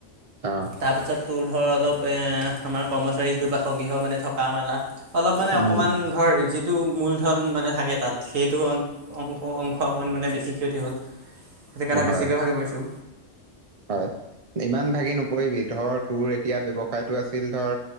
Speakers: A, on the right; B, on the right.
A: অ'।
B: তাৰপিছত তোৰ ধৰ, অলপ এ আমাৰ কৰ্মচাৰী যিটো বাসগৃহ মানে থকা মেলা অলপ মানে,
A: উম,
B: অকণমান ধৰ যিটো মূলধন মানে থাকে তাত। সেইটো অ-অংশ <unintelligible> অকণ মানে বেছি ক্ষতি হ'ল। সেইটো কাৰণে
A: হয়।
B: বেছিকৈ ভাগি পৰিছোঁ।
A: হয়, ইমান ভাগি নপৰিবি। ধৰ, তোৰ এতিয়া ব্যৱসায়টো আছিল ধৰ